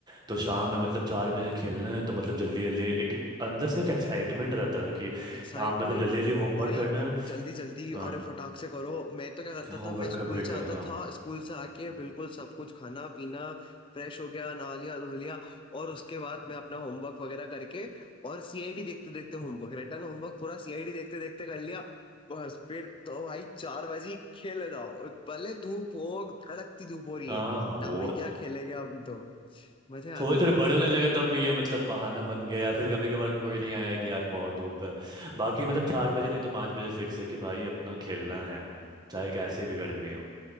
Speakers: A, on the right; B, on the left.
A: तो शाम में मतलब चार बजे खेलना है तो मतलब जल्दी जल्दी एक अंदर से एक एक्साइटमेंट रहता था कि शाम
B: एक्साइटमेंट
A: मतलब जल्दी जल्दी होमवर्क
B: भाई
A: करना है
B: जल्दी जल्दी
A: हाँ
B: अरे फटाक से करो मैं तो क्या करता
A: होमवर्क
B: था मैं स्कूल
A: कंप्लीट
B: से आता
A: करो हाँ
B: था स्कूल से आके
A: हम्म,
B: बिल्कुल सब कुछ खाना पीना फ्रेश हो गया नहा लिया धो लिया और उसके बाद मैं अपना होमवर्क वगैरह करके और सीआईडी देखते देखते होमवर्क रिटर्न होमवर्क पूरा सीआईडी देखते देखते कर लिया बस फिर तो भाई चार बजे खेले जाओ भले धूप हो कड़कती धूप हो रही
A: हाँ
B: है
A: हाँ हाँ, वो
B: ना भैया खेलेंगे हम तो मजे आते
A: थोड़े थोड़े
B: थे भाई
A: बड़े होने लगे तब ये मतलब बहाना बन गया या फिर कभी कभार कोई नहीं आया कि यार बहुत धूप है बाकी मतलब चार बजे नहीं तो पाँच बजे फिक्स है कि भाई अपना खेलना है चाहे कैसे भी गर्मी हो